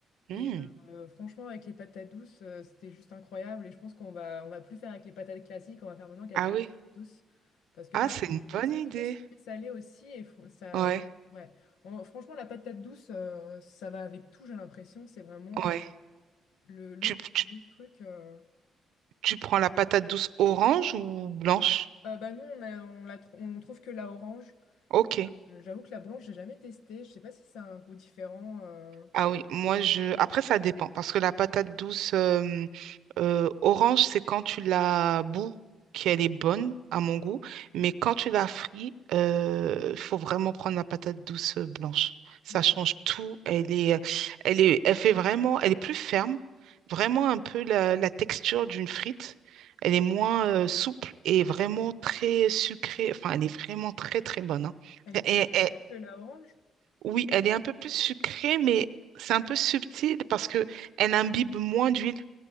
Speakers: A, on the right (about 80°); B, on the left (about 85°).
A: hmm,
B: Et euh, franchement, avec les patates douces, euh, c'était juste incroyable. Et je pense qu'on va, on va plus faire avec les patates classiques, on va faire maintenant qu'avec
A: ah
B: des
A: oui,
B: patates douces. Parce que
A: ah,
B: pareil,
A: c'est
B: ça
A: une
B: donne un
A: bonne
B: petit
A: idée.
B: côté sucré-salé aussi. Et fr- ça,
A: Ouais,
B: ouais. En- franchement, la patate douce, euh, ça va avec tout, j'ai l'impression. C'est vraiment
A: ouais.
B: le, le,
A: Tu, tu-
B: le truc. euh.
A: Tu prends la patate douce orange ou blanche?
B: Euh, bah nous, on a- on la tr- on trouve que la orange.
A: Ok.
B: Euh, J'avoue que la blanche, j'ai jamais testé. Je sais pas si ça a un goût différent. euh.
A: Ah oui, moi je. Après, ça dépend parce que la patate douce euh, euh, orange, c'est quand tu la bous qu'elle est bonne à mon goût, mais quand tu la frites, il faut vraiment prendre la patate douce euh, blanche. Ça
B: D'accord.
A: change tout. Elle est, elle est, elle fait vraiment, elle est plus ferme, vraiment un peu la, la texture d'une frite. Elle est moins euh, souple et vraiment très sucrée. Enfin, elle est vraiment très très bonne. hein.
B: Elle est plus
A: Et,
B: sucrée que la orange.
A: oui, elle est un peu plus sucrée, mais c'est un peu subtil parce que elle imbibe moins d'huile.